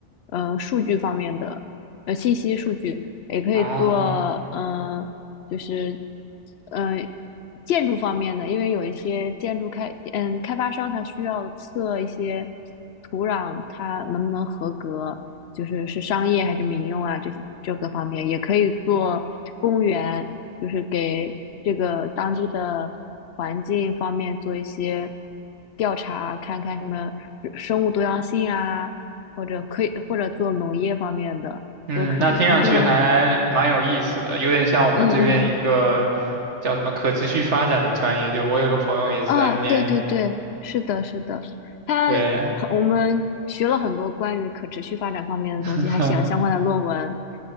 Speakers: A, on the left; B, on the right.
A: 嗯，数据方面的，呃，信息数据，也可以做，
B: 哦，
A: 嗯、呃就是，嗯、呃建筑方面的，因为有一些建筑开，嗯，开发商他需要测一些土壤它能不能合格，就是是商业还是民用啊，这这个方面也可以做公园，就是给这个当地的环境方面做一些调查，看看什么生物多样性啊，或者可以或者做农业方面的都可以。
B: 嗯，那听上去还蛮有意思的，
A: 它这个，
B: 有点像我们这边一个
A: 嗯嗯嗯，
B: 叫什么可持续发展的专业，就我有个朋友也是在念，
A: 啊，对对对，是的，是的，它
B: 对，
A: 我们学了很多关于可持续发展方面的东西，
B: <laughs>
A: 还写了相关的论文，